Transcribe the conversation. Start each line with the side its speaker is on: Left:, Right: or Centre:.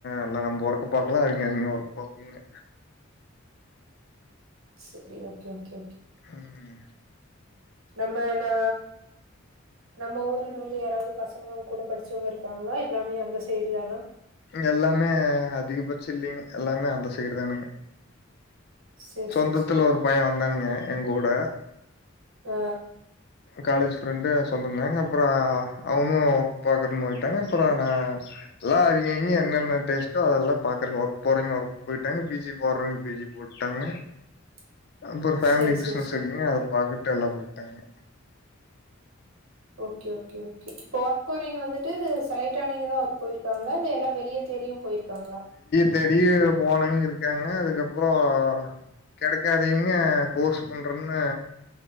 Left: எல்லாம் நம்ம ஒர்க்க பாக்கலாம் அவிங்க அவிங்க ஒர்க் பாக்கணும்ங்க
Right: சேரி ஓகே ஓகே
Left: உம்
Right: நம்ம நா நம்ம ஊர்ல வந்து யாராவது பசங்க கூட படிச்சவுங்க இருக்காங்களா எல்லாமே அந்த சைடு தானா
Left: எல்லாமே அதிகபட்சம் இல்லைங்க எல்லாமே அந்த சைடு தானங்க
Right: சேரி
Left: சொந்தத்துல
Right: சேரி சேரி
Left: ஒரு பையன் வந்தானுங்க எங் கூட
Right: ஆ
Left: காலேஜ் ஃப்ரெண்டு சொந்தந்தாங்க அப்புறம் அவனும் ஒர்க் பாக்குறன்னு போயிட்டாங்க அப்புறம் நா எல்லாம் அவிங்க அவிங்க என்னென்ன டேஸ்டோ அதெல்லாம் பாக்குறக்கு ஒர்க் போறவிங்க ஒர்க் போயிட்டாங்க பிஜி போறவிங்க பிஜி போ ட்டாங்க
Right: <inaudible>
Left: அப்புறம் ஃபேமிலி
Right: சேரி
Left: பிசனஸ்
Right: சேரி சேரி
Left: இருக்குன்னு அத பாத்துட்டு எல்லாம் போயிட்டாங்க
Right: ஓகே ஓகே ஓகே இப்போ ஒர்க் போறீங்க வந்துட்டு செலக்ட் ஆனீங்கதான் ஒர்க் போயிருக்காங்களா இல்ல எல்லா வெளிய தேடியும் போயிருக்காங்களா
Left: தைடி போனவிங்க இருக்காங்க அதுக்கப்புறம் கெடைக்காதவீங்க கோர்ஸ் பண்றன்னு